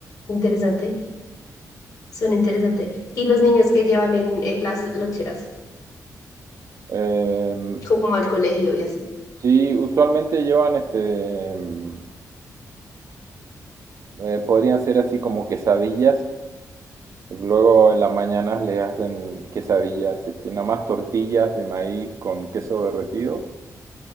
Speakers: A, on the left (about 65°); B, on the right (about 55°).
A: interesante. Suena interesante. Y los niños que llevan en, en las loncheras,
B: Em,
A: como al colegio y así.
B: sí, usualmente llevan este, em, eh, podrían ser así como quesadillas. Luego en las mañanas les hacen quesadillas, este, nada más tortillas de maíz con queso derretido